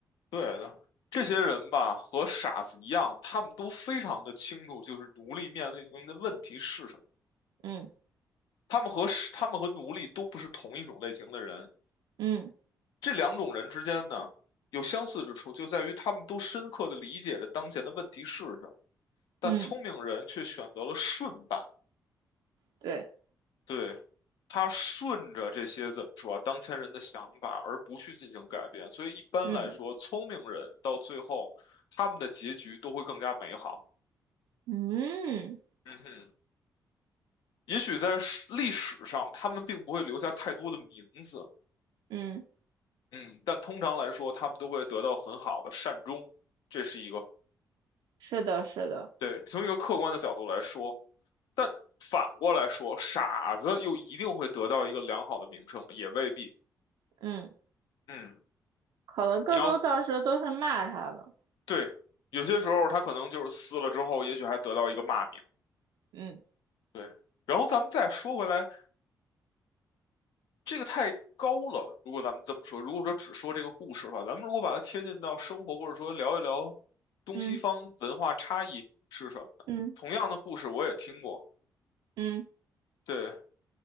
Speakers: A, on the left (about 80°); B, on the right (about 80°).
A: 对的，这些人吧，和傻子一样，他们都非常的清楚，就是奴隶面临的问题是什么。
B: 嗯
A: 他们和是他们和奴隶都不是同一种类型的人。
B: 嗯
A: 这两种人之间呢，有相似之处，就在于他们都深刻的理解着当前的问题是什么。但聪明人却选择了顺办。
B: 嗯。对，
A: 对，他顺着这些怎么说啊，当前人的想法，而不去进行改变。所以一般来说，
B: 嗯
A: 聪明人到最后，他们的结局都会更加美好。
B: 嗯
A: 嗯哼，也许在史历史上，他们并不会留下太多的名字，
B: 嗯，
A: 嗯，但通常来说，他们都会得到很好的善终。这是一个，
B: 是的，是的，
A: 对，从一个客观的角度来说，但反过来说，傻子又一定会得到一个良好的名声吗？也未必。
B: 嗯，
A: 嗯。
B: 可能更多到时候都是骂他的，
A: 你要对，有些时候他可能就是撕了之后，也许还得到一个骂名。
B: 嗯
A: 对，然后咱们再说回来，这个太高了。如果咱们这么说，如果说只说这个故事的话，咱们如果把它贴近到生活，或者说聊一聊东西方文化差异是什么，
B: 嗯嗯
A: 同样的故事我也听过。
B: 嗯，
A: 对，